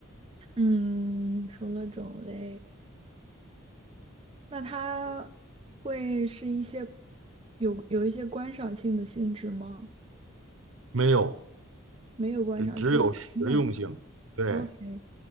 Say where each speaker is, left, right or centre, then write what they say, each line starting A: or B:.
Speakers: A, on the right (about 25°); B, on the right (about 75°).
A: 嗯，除了种类，那它会是一些有有一些观赏性的性质吗？
B: 没有，
A: 没有观赏，
B: 只只有实用性，
A: 就是用。
B: 对。
A: OK，